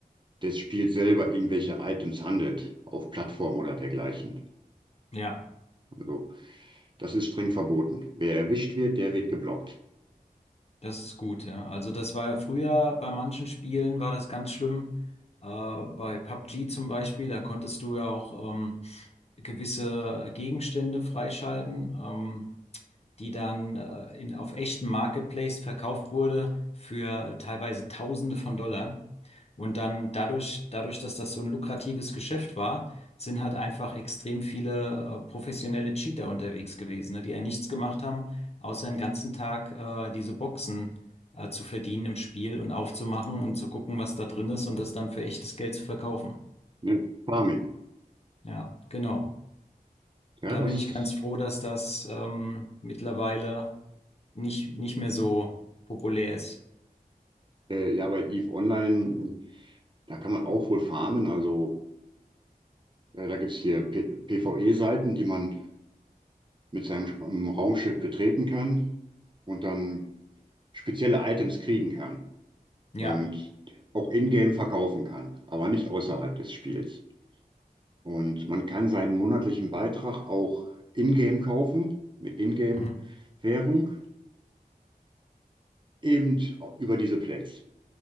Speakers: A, on the right; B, on the left.
A: des Spiels selber irgendwelche Items handelt, auf Plattformen oder dergleichen.
B: Ja.
A: Also, das ist streng verboten. Wer erwischt wird, der wird geblockt.
B: Das ist gut, ja. Also das war ja früher bei manchen Spielen war das ganz schlimm. Äh, bei PUBG zum Beispiel, da konntest du ja auch ähm, gewisse Gegenstände freischalten. Ähm, die dann äh, in, auf echten Marketplace verkauft wurde für teilweise Tausende von Dollar. Und dann dadurch, dadurch, dass das so ein lukratives Geschäft war, sind halt einfach extrem viele äh, professionelle Cheater unterwegs gewesen, ne, die ja nichts gemacht haben, außer den ganzen Tag äh, diese Boxen äh, zu verdienen im Spiel und aufzumachen und zu gucken, was da drin ist und das dann für echtes Geld zu verkaufen.
A: Ne? Farming.
B: Ja, genau.
A: Ja,
B: Da
A: das,
B: bin ich ganz froh, dass das ähm, mittlerweile nicht, nicht mehr so populär ist.
A: äh, ja, bei EVE Online, da kann man auch wohl farmen. Also, äh, da gibt's hier PvE-Seiten, die man mit seinem Raumschiff betreten kann und dann spezielle Items kriegen kann
B: Ja.
A: und auch in-game verkaufen kann, aber nicht außerhalb des Spiels. Und man kann seinen monatlichen Beitrag auch in-game kaufen, mit in-game-Währung,
B: Mhm.
A: eben über diese Plex,